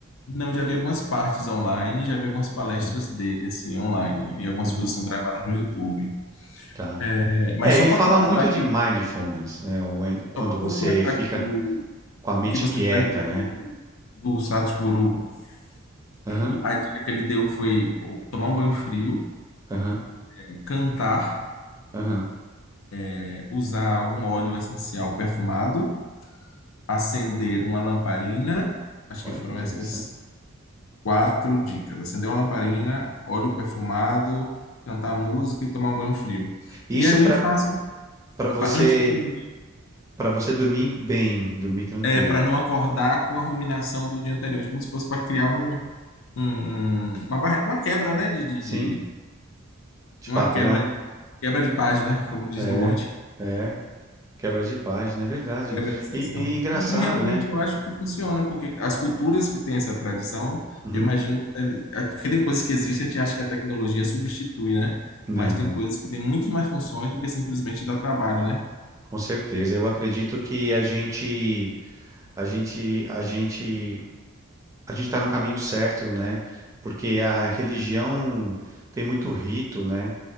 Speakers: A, on the left; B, on the right.
A: Não, já vi algumas partes online, já vi algumas palestras
B: Hum,
A: dele assim online e algumas
B: Uhum,
A: coisas são gravadas no YouTube.
B: tá.
A: É, mas
B: É,
A: só
B: ele
A: para
B: fala
A: completar
B: muito de
A: que
B: mindfulness,
A: o-
B: né? o en- Quando
A: só para completar
B: você fica
A: que o,
B: com a mente
A: o que você
B: quieta,
A: me perguntou
B: né?
A: do, do Satguru,
B: Aham,
A: que a dica que ele deu foi o- tomar um banho frio,
B: aham,
A: é, cantar,
B: aham.
A: é, usar algum óleo essencial perfumado, acender uma lamparina. Acho
B: Olha
A: que foram
B: que interessante.
A: essas Quatro dicas: acender uma lamparina, óleo perfumado, cantar música e tomar um banho frio.
B: Isso
A: E aí
B: para
A: eu faço
B: Para você,
A: pa- antes de dormir,
B: para você dormir bem, dormir tranquilo.
A: é, para não acordar com a ruminação do dia anterior, como se fosse para criar um, um- um, uma, barre- uma quebra, né? De, de,
B: Sim,
A: de-
B: de
A: uma
B: padrão.
A: quebra de quebra de página, como diz
B: É,
A: no Word.
B: é. Quebra de página, é verdade.
A: É da obsessão.
B: E, e engraçado,
A: E, e realmente
B: né?
A: eu acho que funciona, porque as culturas que têm essa tradição,
B: Uhum.
A: eu imagino que deve. Porque tem coisas que existem, a gente acha que a tecnologia substitui, né?
B: Não,
A: Mas tem coisas que têm muito mais funções do que simplesmente dar trabalho, né?
B: com certeza. Eu acredito que a gente, a gente, a gente, a gente está no caminho certo, né? Porque a religião tem muito rito, né?